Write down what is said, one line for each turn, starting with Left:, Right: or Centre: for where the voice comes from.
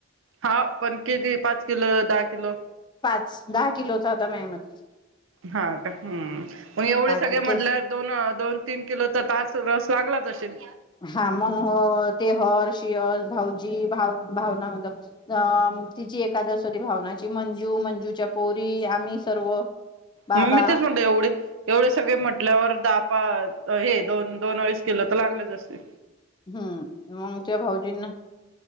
Right: हा पण किती पाच किलो दहा किलो
Left: पाच दहा किलोचा होता म मध्ये
Right: हा का हम् मग एवढे सगळे
Left: किलो
Right: म्हटल्या
Left: केस
Right: दोन दोन तीन किलो तर तास रस लागलाच असेल
Left: हा मंग तेहर शिअस भाऊजी भाव भावना हो अ तिची एकादशीवररी भावनाची मंजू मंजूच्या पोरी आम्ही सर्व बाबा
Right: मग मी तेच म्हणत एवढे एवढे सगळे म्हटल्यावर दा हे दोन दोन वडीस किलो तर लागलेच असते
Left: हम्म मग त्या भाऊजींना